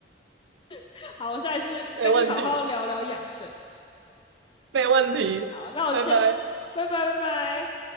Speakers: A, on the left; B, on the right.
A: <laughs> 好，我下一次跟你好好聊聊养生。
B: 没问题，没问题，
A: 好，那我先
B: 拜拜。
A: 拜拜拜拜。